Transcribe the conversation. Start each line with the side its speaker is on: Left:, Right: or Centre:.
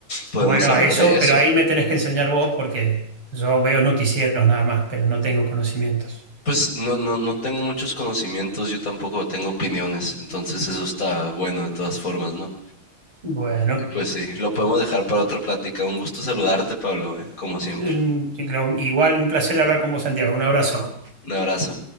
Left: Podemos
Right: bueno,
Left: hablar
Right: eso,
Left: de eso.
Right: pero ahí me tenés que enseñar vos porque yo veo noticieros nada más, pero no tengo conocimientos.
Left: Pues no, no, no tengo muchos conocimientos, yo tampoco tengo opiniones, entonces eso está bueno de todas formas, ¿no?
Right: Bueno,
Left: Y Pues sí, lo podemos dejar para otra plática. Un gusto saludarte, Pablo, ¿eh? Como siempre.
Right: mm, lo- igual un placer hablar con vos, Santiago. Un abrazo.
Left: Un abrazo.